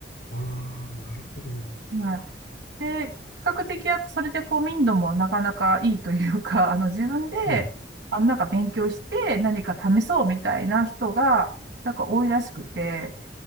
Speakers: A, on the left; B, on the right.
A: ああ、なるほど。は
B: はい。で、比較的やっぱそれでこう民度もなかなかいいというか、<laughs> あの自分で、
A: い。はい。
B: あのなんか勉強して何か試そうみたいな人がなんか多いらしくて、